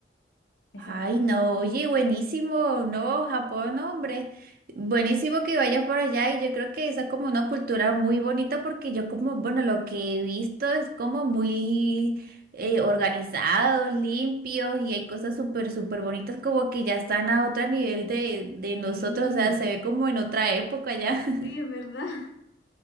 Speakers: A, on the left (about 85°); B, on the right (about 55°).
A: Esa
B: Ay,
A: es como...
B: no, oye, buenísimo, no, Japón, no, hombre, buenísimo que vayas por allá y yo creo que esa es como una cultura muy bonita porque yo como, bueno, lo que he visto es como muy eh, organizados, limpios y hay cosas súper, súper bonitas como que ya están a otro nivel de, de
A: Sí,
B: nosotros, o sea, se ve como en otra época ya. <laughs>
A: Sí, es verdad, <laughs>